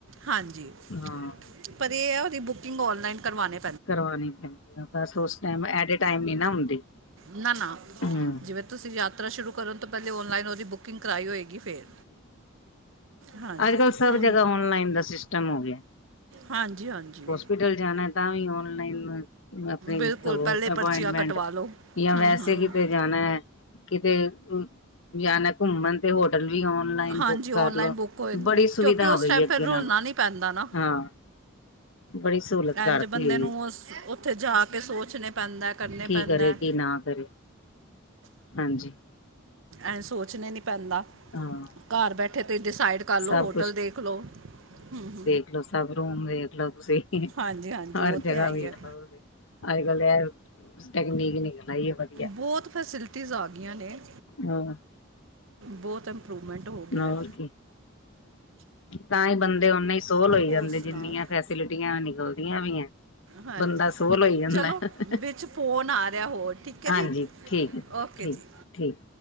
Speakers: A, on the right; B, on the left.
A: ਹਾਂਜੀ,
B: ਹਾਂ।
A: ਪਰ ਏ ਐ ਓਦੀ ਬੁਕਿੰਗ ਔਨਲਾਈਨ ਕਰਵਾਨੀ
B: ਕਰਵਾਨੀ ਪੈਂਦੀ ਆ, ਬਸ ਉਸ ਟੈਮ ਐਟੇ ਟਾਇਮ ਨੀ ਨਾ ਹੁੰਦੀ।
A: ਨਾ-ਨਾ
B: ਹਮ।
A: ਜਿਵੇਂ ਤੁਸੀਂ ਯਾਤਰਾ ਸ਼ੁਰੂ ਕਰਨ ਤੋਂ ਪਹਿਲੇ ਔਨਲਾਈਨ ਓਦੀ ਬੁਕਿੰਗ ਕਰਾਈ ਹੋਏਗੀ ਫੇਰ। ਹਾਂਜੀ
B: ਅੱਜ-ਕਲ
A: ਹਾਂਜੀ
B: ਸਭ ਜਗ੍ਹਾ ਔਨਲਾਈਨ ਦਾ ਸਿਸਟਮ ਹੋਗਿਆ।
A: ਹਾਂਜੀ-ਹਾਂਜੀ।
B: ਹੋਸਪਿਟਲ ਜਾਨਾ ਤਾ ਵੀ ਔਨਲਾਈਨ, ਅਪਨੀ ਮਤਲਬ
A: ਬਿਲਕੁਲ ਪਹਿਲੇ
B: ਓ ਅਪੌਇੰਟਮੈਂਟ
A: ਪਰਚੀਆਂ ਕਟਵਾ ਲਓ
B: ਯਾਂ
A: ਹੂੰ
B: ਵੈਸੇ
A: ਹੂੰ
B: ਕਿਤੇ ਜਾਨਾ ਐ, ਕਿਤੇ ਜਾਨਾ ਘੁੰਮਨ ਤੇ ਹੋਰ ਵੀ ਔਨਲਾਈਨ
A: ਹਾਂਜੀ
B: ਬੁੱਕ ਕਰ
A: ਆਨਲਾਈਨ
B: ਲੋ,
A: ਬੁੱਕ ਹੋ ਜਾਂਦੇ
B: ਬੜੀ
A: ਨੇ।
B: ਸੁਵਿਧਾ
A: ਕਿਉਂਕਿ ਉਸ
B: ਹੋ ਗਈ
A: ਟਾਈਮ
B: ਐ ਅੱਗੇ
A: ਫਿਰ ਰੁਲਣਾ
B: ਨਾਲੋਂ,
A: ਨਹੀਂ ਪੈਂਦਾ ਨਾ
B: ਹਾਂ। ਬੜੀ ਸਹੂਲਤ ਕਰਤੀ
A: ਐਂਜ ਬੰਦੇ
B: ਹੋਈ
A: ਨੂੰ
B: ਹੈ।
A: ਓਥੇ ਜਾਕੇ ਸੋਚਨੇ ਪੈਂਦਾ, ਕਰਨੇ
B: ਕੀ
A: ਪੈਂਦਾ‌।
B: ਕਰੇ ਕੀ ਨਾ ਕਰੇ ਹਾਂਜੀ
A: ਐਂ ਸੋਚਨੇ ਨੀ ਪੈਂਦਾ।
B: ਹਾਂ
A: ਘਰ ਬੈਠੇ ਤੇ ਡਿਸਾਈਡ ਕਰ ਲੋ,
B: ਸਭ
A: ਹੋਟਲ ਦੇਖਲੋ, ਹੂੰ
B: ਪਹਿਲੋ ਸਭ ਰੂਮ ਵੇਖਲੋ ਤੁਸੀਂ।
A: ਹਾਂਜੀ ਹਾਂਜੀ
B: ਹਰ
A: ਉਹ
B: ਜਗ੍ਹਾ
A: ਤੇ ਹੈ ਹੀ
B: ਵੇਖਲੋ
A: ਹੈ
B: ਤੁਸੀ ਅੱਜ-ਕਲ ਐ ਟੈਕਨੀਕ ਨਿਕਲ ਆਈ ਹੈ ਵਧੀਆ
A: ਬੋਤ ਫੈਸੀਲਿਟੀਜ਼ ਆ ਗਈਆਂ ਨੇ,
B: ਹਾਂ
A: ਬੋਤ ਇੰਪਰੂਵਮੈਂਟ ਹੋ ਗਿਆ
B: ਹੋਰ
A: ਹੈ
B: ਕੀ, ਤਾਂ ਈ ਬੰਦੇ ਓੰਨੇ ਈ ਸੋਲ ਹੋਈ
A: ਹੋਰ
B: ਜਾਂਦੇ,
A: ਸੁਣਾਓ
B: ਜਿੰਨੀਆਂ ਫੈਸਿਲਿਟੀਆਂ ਨਿਕਲਦੀਆਂ ਪੀਆਂ
A: ਹਾਂਜੀ
B: ਬੰਦਾ ਸੋਲ ਹੋਈ ਜਾਂਦਾ
A: ਚਲੋ
B: ਐ,
A: ਵਿੱਚ ਫੋਨ ਆ ਰਿਹਾ ਹੋਰ ਠੀਕ ਹੈ
B: ਹਾਂਜੀ
A: ਜੀ
B: ਠੀਕ ਐ,
A: ਓਕੇ
B: ਠੀਕ
A: ਜੀ
B: ਠੀਕ।